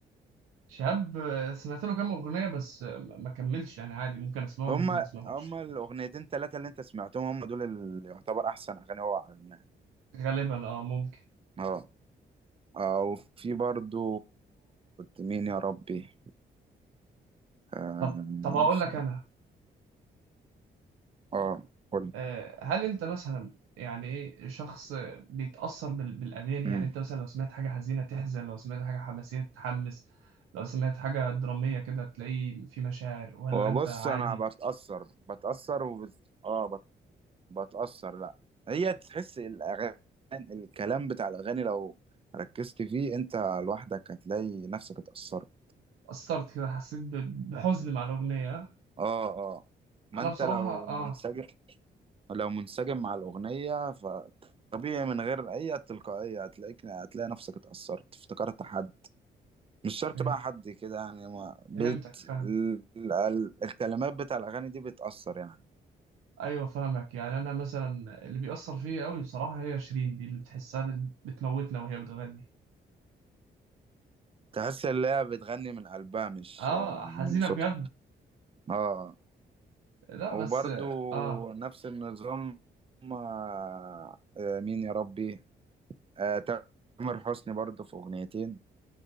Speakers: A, on the right; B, on the right.
A: شهاب آه، سمعت له كام اغنيه بس آه، ما ما كملش يعني عادي ممكن اسمعهم
B: هما
A: ممكن ما اسمعهمش
B: هما الاغنيتين ثلاثه اللي انت سمعتهم هما دول اللي يعتبر احسن اغاني هو عملناها
A: غالبا اه ممكن
B: اه اه وفي برضه مين يا ربي اه
A: طب طب اقول
B: ف-
A: لك انا
B: آه، قول
A: آه، هل انت مثلا يعني ايه شخص بيتأثر بال- بالأغاني
B: امم
A: يعني انت مثلا لو سمعت حاجة حزينة تحزن لو سمعت حاجة حماسية تتحمس لو سمعت حاجة درامية كده تلاقي في مشاعر ولا
B: وبص
A: انت عادي
B: انا بتاثر بتاثر وب... اه بتأثر لا هي تحس الأغاني الكلام بتاع الأغاني لو ركزت فيه أنت لوحدك هتلاقي نفسك اتأثرت
A: أثرت كده حسيت ب- بحزن مع الأغنية
B: اه اه ما
A: انا
B: أنت
A: بصراحة
B: لو
A: اه
B: منسجم لو منسجم مع الأغنية فطبيعي من غير أي تلقائية هتلاقيك هتلاقي نفسك اتأثرت افتكرت حد مش شرط
A: فه-
B: بقى حد كده يعني ما بت...
A: فهمتك فاهم
B: ال... ال- الكلمات بتاع الأغاني دي بتأثر يعني
A: ايوه فاهمك يعني انا مثلا اللي بيأثر فيا قوي بصراحة هي شيرين دي اللي بتحسها بت- بتموتنا وهي بتغني
B: تحس إن هي بتغني من قلبها مش
A: اه
B: آه،
A: حزينة
B: من صوتها
A: بجد
B: اه آه.
A: لا
B: وبرضو
A: بس اه آه،
B: نفس النظام آه، آه، مين يا ربي آه، تامر حسني برضو في أغنيتين